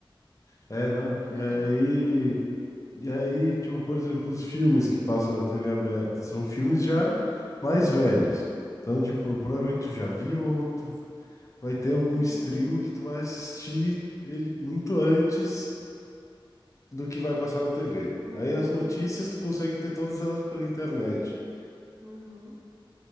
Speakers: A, on the left (about 35°); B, on the right (about 35°).
A: É, não.
B: Não é
A: E
B: legal.
A: aí. E aí, tipo, por exemplo, os filmes que passam na TV aberta são filmes
B: Uhum,
A: já mais velhos. Então, tipo, provavelmente tu já viu ou tu vai ter algum
B: uhum,
A: streaming que tu vai assistir ele muito antes do que vai passar na TV.
B: uhum,
A: Aí as notícias tu consegue ter todas elas pela internet.
B: uhum.